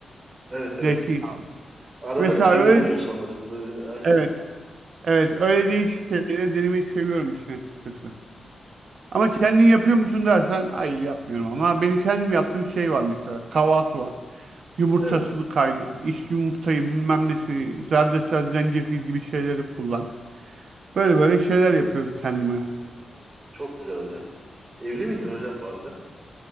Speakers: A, on the right; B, on the right.
A: Evet evet.
B: Zeytinyağı.
A: Arada
B: Mesela
A: kıyma
B: öyle
A: oluyor sanırım. Böyle, aynen.
B: evet. Evet öyle değişik şeyleri denemeyi seviyorum işin açıkçası. Ama kendin yapıyor musun dersen hayır yapmıyorum ama benim kendim yaptığım şey var mesela tavası var. Yumurtasını
A: Evet.
B: kayna, iç yumurtayı bilmem nesi, zerdeçal, zencefil gibi şeyleri kullan. Böyle böyle şeyler yapıyorum kendime.
A: Çok güzel hocam. Evli miydin hocam bu arada?